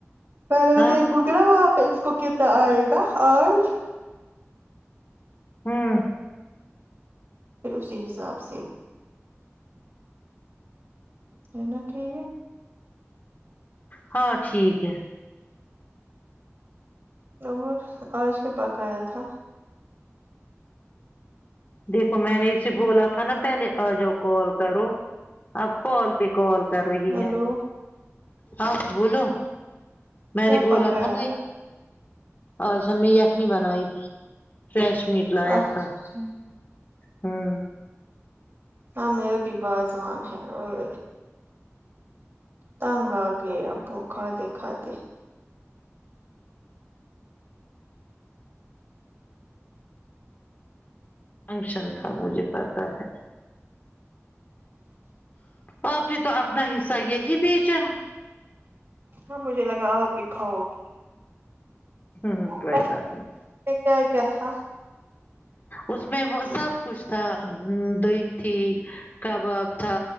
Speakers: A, on the right; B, on the left.
A: میںہلے بھی
B: ہاں
A: دیکھ گ نا وہاں پہ اس کو کتنا آئے گا آج
B: ہوں
A: پھر اسی حساب سے ہے نا ٹھیک ہے
B: ہاں ٹھیک ہے
A: اور آج کے پکایا تھا
B: دیکھو میں نے اسے بولا تھا نا پہلے آ جاؤ کال کرو اپ کال پہ کال کر رہی
A: ہیلو
B: ہے ہاں بولو میں
A: کیا
B: نے بولا
A: پکایا
B: تھا نا ایک آج ہم نے یخنی بنائی تھی فریش میٹ لایا
A: اچھا
B: تھا ہوں
A: ہ م بھی واضوان ہیں اور تنگ آ گئے ابو کھاتے کھاتے
B: فنکشن تھا مجھے پتہ ہے آاپ نے تو اپنا حصہ یہی بھیجا
A: ہاں مجھے لگا آپ بھی کھاؤ گے
B: ہوں ہوں کوئی
A: پ
B: بات نہیں
A: کیا کیا تھا
B: اس میں وہ سب کچھ تھا دہ تھی کباب تھا